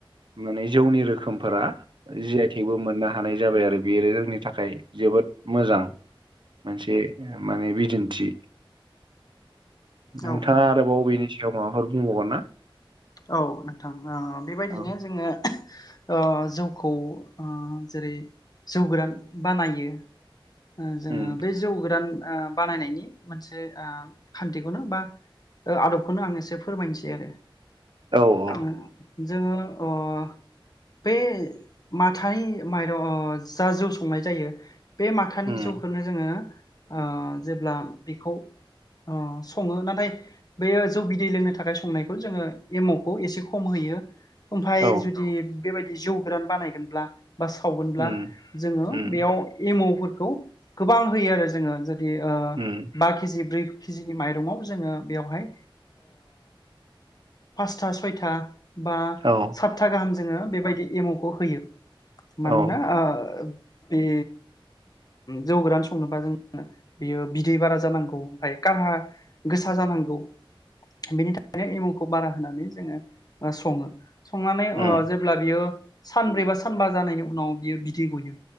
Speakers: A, on the right; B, on the left.
A: माने जौनि रोखोमफोरा जि आइ थगेबो मोननो हानाय जाबाय आरो बेयो जोंनि थाखाय जोबोद मोजां मोनसे माने बिदिन्थि। नोंथाङा
B: औ
A: आरोबाव बेनि सायाव माबाफोर बुंबावगोन ना?
B: औ नोंथां ओ बेबायदिनो
A: औ
B: जोङो अ जौखौ ओ जेरै जौ गोरान बानायो ओ जोङो
A: उम
B: बे जौ गोरान ओ बानायनायनि मोनसे ओम खान्थिखौनो बा ओ आदबखौनो आं एसे फोरमायनोसै आरो।
A: औ औ।
B: औ जोङो अह बे माथानि माइरं जा जौ संनाय जायो बे माथानि
A: उम
B: जौखौनो जोङो ओ जेब्ला बेखौ अ सङो नाथाय बेयो जौ बिदै लोंनो थाखाय संनायखौ जोङो एमावखौ एसे खम होयो ओमफ्राय
A: औ
B: जुदि बेबायदि जौ गोरान बानायगोनब्ला बा सावगोनब्ला
A: उम
B: जोङो
A: उम
B: बेयाव एम अफोरखौ गोबां होयो आरो जोङो ज दि
A: उम
B: बा केजि ब्रै केजिनि माइरंङाव जोङो बेवहाय पासथा सयथा बा
A: औ
B: सातथा गाहाम जोङो बेबायदि एमावखौ होयो
A: औ
B: मानोना बे जौ गोरान संनोबा जोंङ बेयो बिदै बारा जानांगौ ओमफ्राय कारहा गोसा जानांगौ बेनि थाखायनो एमुखौ बारा होनानै जोङो सङो संनानै
A: उम
B: जेब्ला बियो सानब्रै बा सानबा जानायनि उनाव बियो बिदै गयो